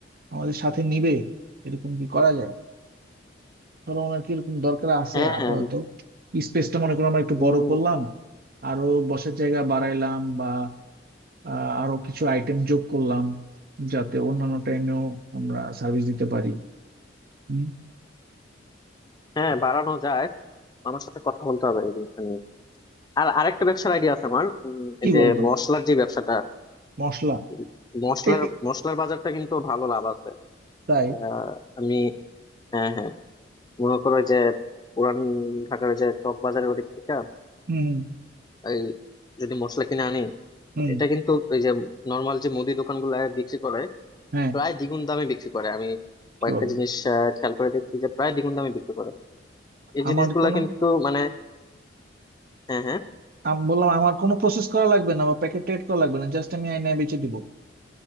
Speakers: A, on the right; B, on the left.
A: আমাদের সাথে নিবে এরকম কি করা যায় ধরো ওনার কি এরকম দরকার আছে
B: হ্যাঁ
A: আপাতত
B: হ্যাঁ
A: স্পেসটা মনে করো আমরা একটু
B: উম,
A: বড় করলাম আরো বসার জায়গা বাড়াইলাম বা আহ, আরো কিছু আইটেম যোগ করলাম যাতে অন্যান্য টাইমেও আমরা সার্ভিস দিতে পারি হুম,
B: হ্যাঁ বাড়ানো যায় আমার সাথে কথা বলতে হবে এই জিনিসটা নিয়ে আর আরেকটা ব্যবসার আইডিয়া আছে আমার উম,
A: কি
B: এই যে
A: বলতো
B: মশলার যে ব্যবসাটা
A: মশলা
B: উম, মশলার
A: এ- এ-
B: মশলার বাজারটা কিন্তু ভালো লাভ আছে
A: তাই
B: আহ, আমি হ্যাঁ হ্যাঁ মনে করো যে পুরান ঢাকার যে চক বাজারের ওদিক থেকে
A: হুম
B: এই যদি মশলা কিনে আনি
A: হুম
B: এটা কিন্তু এই যে নর্মাল যে মুদি দোকানগুলো বিক্রি করে
A: হ্যাঁ
B: প্রায় দ্বিগুণ দামে বিক্রি করে আমি কয়েকটা
A: কি বলো
B: জিনিস আহ, খেয়াল করে দেখছি যে প্রায় দ্বিগুণ দামে বিক্রি করে এই
A: আমার
B: জিনিসগুলা
A: কোনো
B: কিন্তু মানে হ্যাঁ হ্যাঁ
A: আমি বললাম আমার কোনো প্রসেস করা লাগবে না বা প্যাকেট ট্যাকেট করা লাগবে না জাস্ট আমি আয়নায় বেচে দিব